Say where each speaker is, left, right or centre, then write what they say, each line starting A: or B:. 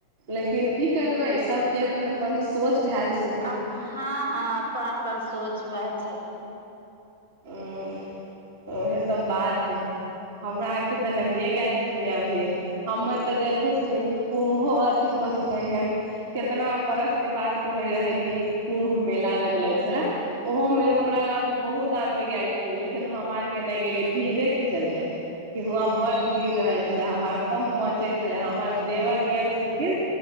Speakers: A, on the right (about 55°); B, on the right (about 80°).
A: लेकिन की करबै सबके अपन अपन सोच भेऽल छेलखिन।
B: अप हँ हँ अपन अपन सोच वएह छै।
A: ए ओ तऽ उएहसब बात हइ। हमरा आरके तऽ नहिए गेल छलियैए अभी। हमे तऽ देखै छलियै कि कुम्भो अथी कथी कहै हइ केतना बरसके बाद कहै रहै कि कुम्भ मेला लगलै छलै। ओहो में हमरा गाँंव के बहुत आदमी गेलखिन लेकिन हम आर के नहि गेलियै भीड़े के चलते कि हुआँ बड्ड भीड़ रहै छलै हरकम मचै छलै हमर देवर गेल छलखिन।